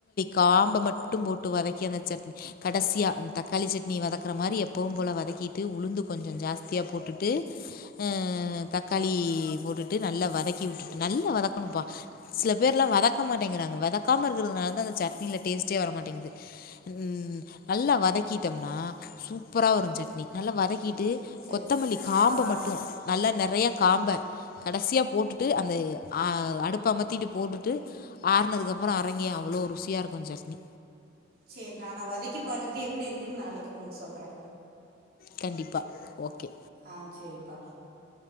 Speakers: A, on the left; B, on the right.
A: காம்ப மட்டும் போட்டு வதக்கி அந்த சட் கடசியா அந்த தக்காளி சட்னி வதக்கற மாரி எப்பவு போல வதக்கிட்டு உளுந்து கொஞ்சம் ஜாஸ் த்தியா போட்டுட்டு
B: ம்
A: அ அ தக்காளி போட்டுட்டு நல்லா வதக்கிவுட்டு நல்லா வதக்கனும்ப்பா சில பேர்லா வதக்க மாட்டேன்கிறாங்க வதக்காம இருக்கிறதுனால தான் அந்த சட்னில டேஸ்டே வர மாட்டேங்குது ம் நல்லா வதக்கிட்டோம்னா சூப்பரா வரும் சட்னி நல்லா வத க்கிட்டு
B: சரி
A: கொத்தமல்லி
B: நான்
A: காம்ப மட்டு நெறைய காம்ப கடைசியா போட்டுட்டு அந்த அ அடுப்ப அமத்திட்டு போட்டுட்டு ஆறுனதுக்கு அப்புறோ அரைங்கே அவ்ளோ ருசியா இருக்கு சட்னி
B: செரி நா நா வதக்கி பாட்டுட்டு எப்டி இருக்குன்னு நாளைக்கு உங்களுக்கு சொல்றே
A: கண்டிப்பா ஓகே
B: ஆ செரிப்பா